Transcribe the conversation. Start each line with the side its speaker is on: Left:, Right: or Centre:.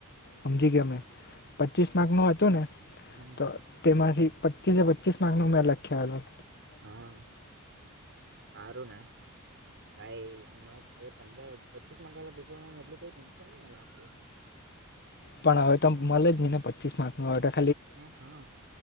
Left: સમજી ગયો અમે પચીસ માર્કનું હતું ને?
Right: હમમ
Left: તો તેમાંથી પચીસસે પચીસ માર્કનો મેં લખે આવેેલો.
Right: હા સારું ને! ભાઈ પંદર પચીસ માર્ક ના એટલું કઈ ટેન્ શન નઈ લાગતું.
Left: પણ હવે તો મળે જ ને પચીસ માર્ક નો ઓર્ડર.
Right: હમ હા